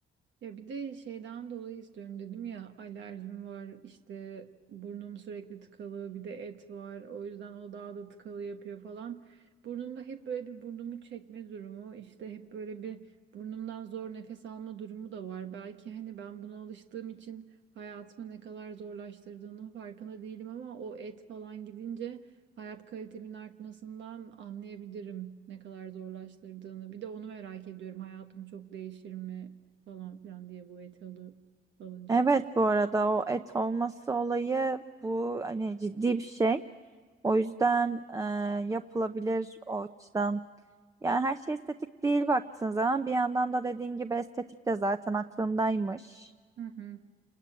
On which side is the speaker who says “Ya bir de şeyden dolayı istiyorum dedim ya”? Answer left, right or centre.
Right